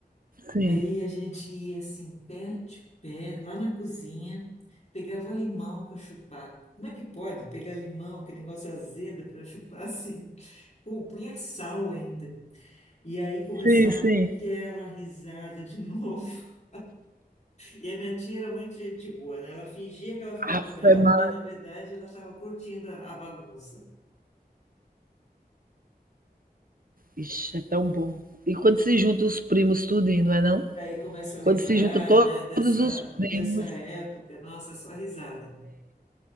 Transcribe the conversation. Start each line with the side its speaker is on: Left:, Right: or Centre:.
Right: Sim,
Left: Aí a gente ia assim, pé de pé, lá na cozinha, pegava limão para chupar. Como é que pode pegar limão, aquele negócio azedo, para chupar <laughs> assim? Com, punha sal ainda. E aí começava
Right: sim, sim.
Left: aquela risada de novo. <laughs> E a minha tia era muito gente boa, né? Ela fingia que ela ficava
Right: Ave-ma
Left: brava, mas na verdade ela estava curtindo a, a bagunça.
Right: Ixi, é tão bom. E quando se junta os primos tudinho, não é não?
Left: Daí começa a lembrar,
Right: Quando se junta to-
Left: né, dessa,
Right: todos os primos,
Left: dessa época, nossa, é só risada.